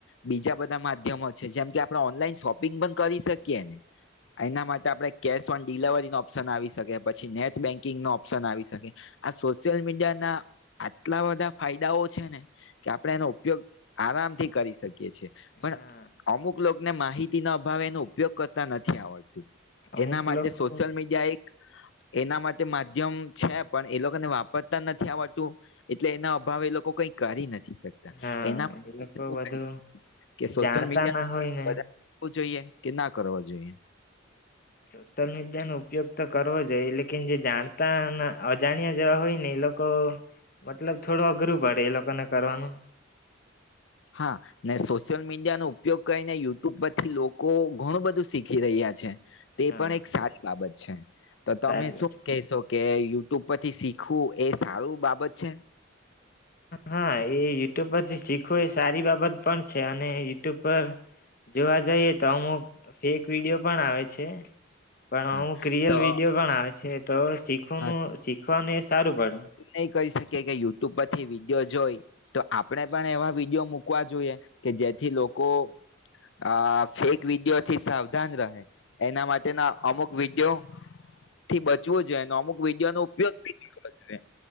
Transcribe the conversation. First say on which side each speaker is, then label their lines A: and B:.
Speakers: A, on the left; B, on the left.
A: બીજા બધા માધ્યમો છે જેમ કે આપણે ઓનલાઈન શોપિંગ પણ કરી શકીએ ને એના માટે આપડે કેશ ઓન ડિલવરી નો ઓપ્શન આવી શકે પછી નેટ બેન્કિંગ નો ઓપ્શન આવી શકે આ સોશિયલ મીડિયા ના આટલા બધા ફાયદાઓ છે ને કે આપડે એનો ઉપયોગ આરામથી કરી શકીયએ છેએ પણ
B: હા
A: અમુક લોકોને માહિતી ના અભાવે એનો ઉપયોગ કરતા નથી આવડતું
B: અમુક
A: એના માટે
B: લોકો
A: સોશિયલ મીડિયા એક એના માટે માધ્યમ છે પણ એ લોકોને વાપરતા નથી આવડતું એટલે એના અભાવ એ લોકો કઈ કરી નથી શકતા
B: હા
A: એના
B: એ
A: <unintelligible>
B: લોકો બધું
A: કરી શકતા કે સોશિયલ
B: જાણતા
A: મીડિયા
B: ના હોય ને
A: <inaudible> જોઈએ કે ના કરવો જોઈએ
B: સોશિયલ મીડિયા નો ઉપયોગ તો કરવો જઈએ લેકિન જે જાણતા ન અજાણ્યા જેવા હોય ને એ લોકો મતલબ થોડું અઘરું પડે એ લોકોને કરવાનું
A: હા ને સોશિયલ મીડિયા નો ઉપયોગ કરીને યુટ્યુબ પરથી લોકો ઘણું બધું શીખી રહ્યા છે તે
B: હા
A: પણ એક સારી બાબત છે તો તમે
B: સારી
A: શું
B: વાત છે
A: કહેશો કે યુ ટુબ પરથી શીખવું એ સારુ બાબત છે.
B: હા એ યુટ્યુબ પરથી શીખો એ સારી બાબત પણ છે અને યુટ્યુબ પર જોવા જઈએ તો અમુક ફેક વિડીિયો પણ આવે છે. પણ
A: હા
B: અમુક રિયલ
A: તો
B: વિડીયો પણ આવે છે. તો શીખવાનું
A: હા
B: શીખવાને સારું પડે.
A: નહીં કરી કે યુટ્યુબ પરથી વિડીયો જોઈ તો આપણે પણ એવા વિડીયો મૂકવા જોઈએ કે જેથી લોકો આ ફેક વિડીયો થી સાવધાન રહે એના માટેના અમુક વિડીયોથી બચવું જોઈએ. અમુક વિડીયોનો ઉપયોગ બી ની કરવો જોઈએ.